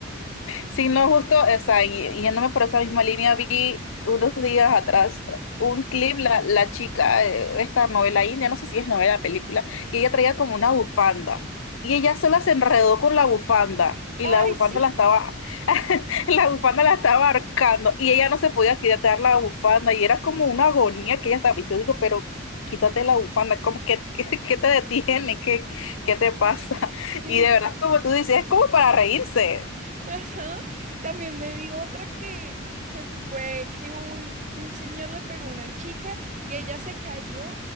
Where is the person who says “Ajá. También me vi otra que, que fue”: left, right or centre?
Right